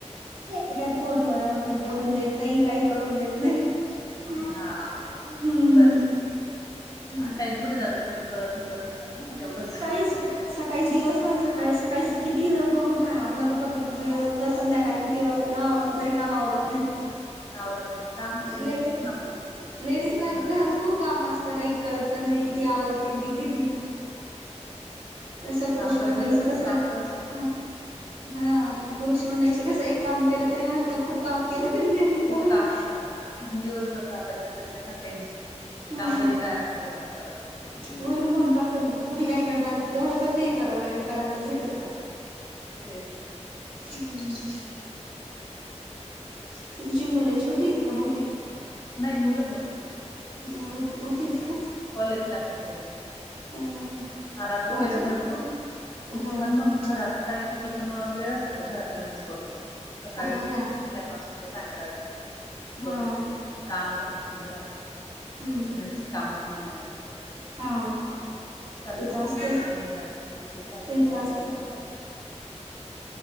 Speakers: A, on the right; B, on the left.
A: ते काय फोन वर वगैरे, बोलून देत नाही काही करून देत नाही. हम्म
B: हा बरंय ते.
A: हम्म.
B: हा टाईम कुठे जातो? ते पण कळत नाही. बरवून जात ना म तेवढंच
A: <inaudible> सकाळीस दिवसभर सकाळी सकाळी किती भी लवकर उठा, आवरते परंत वेळ होतो. संध्याकाळी किती वाजता दहा वाजता तरी काम आवरत नाही.
B: आवरत नाही काम तेच
A: ले
B: ना मग
A: लेडीज
B: दिवसभर
A: ला घरात
B: चालूच
A: खूप
B: राहत.
A: काम अस ता. काही कळत पण नाही. किती आवरतील ती किती तस पुरुष
B: काम पण
A: मंडळीच
B: दिसत नाही
A: तस
B: काम
A: हा
B: पण संपत नाही.
A: हा आणि पुरुष मंडळींच कस, एक काम केलं तरी वाटतं खूप काम केलं त्यांनी आणि करणार
B: खूप काम झालं ना, आपण दिवसभर राबायचं तर त्यांना काही नाही.
A: हा
B: काम तरी काय असतं घरात परत
A: वरून
B: मस्त
A: म्हणता पण, तुम्ही काय करता? तेवढंच पण नाही करा करायला भेटत का?
B: तेच ना.
A: हम्म. तुमची मुलं छोटी आहेत का मोठीत.?
B: नाही मुलं मोठीयेत माझी.
A: <unintelligible> मोठीत का?
B: कॉलेजला आहेत हो.
A: ह
B: हा राहतो
A: माझी
B: वेळ भरपूर
A: हा
B: पण
A: हा
B: मग घरात कारण किती पण वेळ असला तर घरात कमीच पडतो. सकाळी
A: हो
B: उ
A: ना
B: उठल्यापासून तर सायंकाळ
A: हा
B: झोपेपर्यंत काम राहत म्हणजे राहत.
A: हम्म
B: असं नाही
A: हम्म.
B: की कामच नाही असं काही.
A: हा
B: चालूच
A: ते तर
B: राहत.
A: असत
B: हे झालं का ते, ते झालं का ते,
A: तर
B: ते
A: असत
B: झालं का ते.
A: <inaudible>